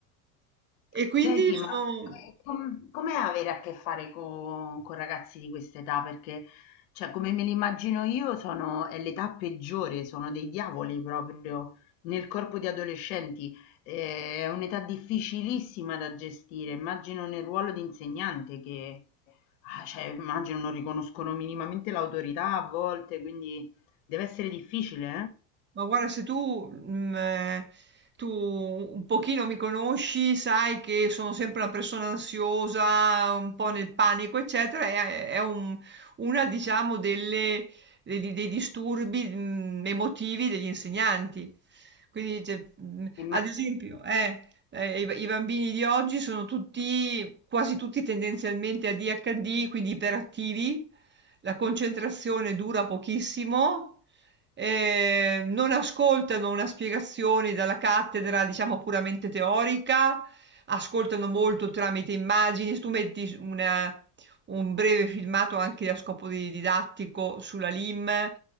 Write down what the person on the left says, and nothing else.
Senti,
ma eh, com- com'è avere a che fare co- con, ragazzi di questa età? Perché, cioè, come me li immagino io, sono, è l'età peggiore, sono dei diavoli proprio nel corpo di adolescenti. Eh, È un'età difficilissima da gestire. Immagino nel ruolo di insegnante che, ah, cioè, immagino non riconoscono minimamente l'autorità a volte, quindi deve essere difficile,
eh?